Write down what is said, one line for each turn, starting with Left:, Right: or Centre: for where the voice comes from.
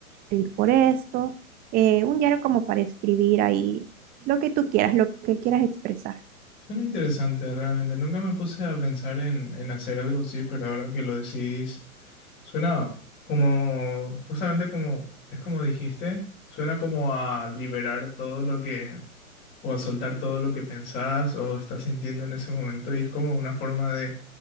Right: feliz por esto, eh, un diario como para escribir ahí lo que tú quieras, lo que quieras expresar.
Left: Suena interesante, realmente. Nunca me puse a pensar en, en hacer algo así, pero ahora que lo decís, suena como, justamente como, es como dijiste, suena como a liberar todo lo que, o a soltar todo lo que pensás o estás sintiendo en ese momento, y es como una forma de,